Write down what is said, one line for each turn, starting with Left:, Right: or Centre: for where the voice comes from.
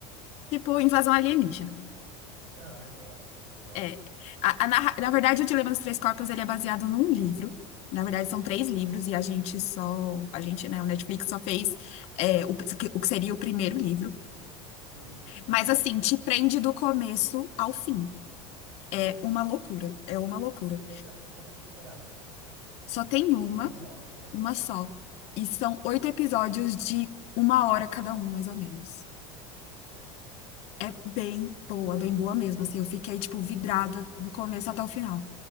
Left: Tipo, invasão alienígena.
Right: Ai, gosto, gosto.
Left: É. A, a narra- na, verdade, o Dilema dos Três Corpos, ele é baseado num livro. Na verdade, são três livros e a gente só... A gente, né? O Netflix só fez é, o, o que seria o primeiro livro.
Right: Hum.
Left: Mas, assim, te prende do começo ao fim. É uma loucura, é uma loucura.
Right: Quantas, quantas temporadas tem?
Left: Só
Right: Já,
Left: tem uma,
Right: uma só, uma só.
Left: uma só. E são oito episódios de uma hora cada um, mais ou menos.
Right: Certo.
Left: É bem boa, bem boa mesmo.
Right: Mas,
Left: Assim, eu fiquei, tipo, vidrada do começo até o final.